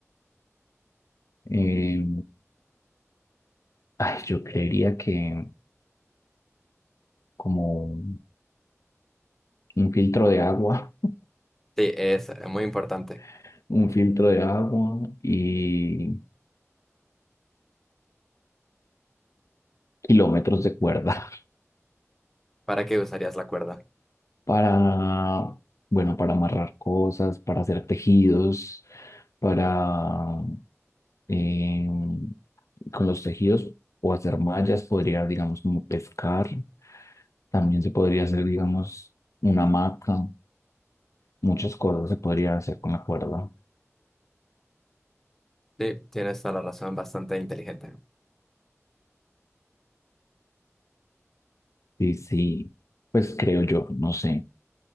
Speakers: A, on the left; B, in the centre.
A: Eh, ay, yo creería que como un filtro de agua,
B: Sí, es eh, muy importante.
A: <laughs> un filtro de agua y kilómetros de cuerda
B: ¿Para qué usarías la cuerda?
A: <laughs> para, bueno, para amarrar cosas, para hacer tejidos, para, eh, con los tejidos o hacer mallas, podría, digamos, como pescar. También se podría hacer, digamos, una hamaca Muchas cosas se podrían hacer con la cuerda.
B: Sí, tienes toda la razón, bastante inteligente.
A: Sí, sí, pues creo yo, no sé.